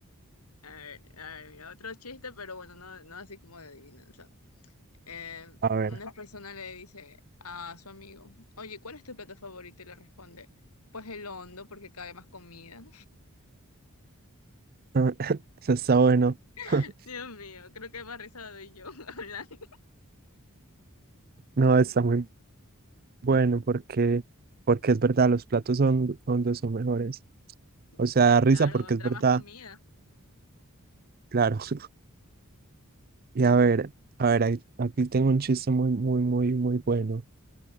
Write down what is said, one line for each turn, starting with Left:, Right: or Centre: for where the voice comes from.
Left: A ver, a ver, mira, otro chiste, pero bueno, no, no así como de adivinanza. Eh,
Right: A ver,
Left: una persona le dice a su amigo, oye, ¿cuál es tu plato favorito? Y le responde, pues el hondo, porque cabe más comida.
Right: <laughs> eso está bueno. <laughs>
Left: <laughs> Dios mío, creo que más risa doy yo <laughs> hablando.
Right: No, está muy bueno porque, porque es verdad, los platos son hondos son mejores. O sea,
Left: Sí,
Right: da risa
Left: claro,
Right: porque
Left: entra
Right: es verdad,
Left: más comida.
Right: claro. <laughs> Y a ver, a ver, ahí- aquí tengo un chiste muy, muy, muy, muy bueno.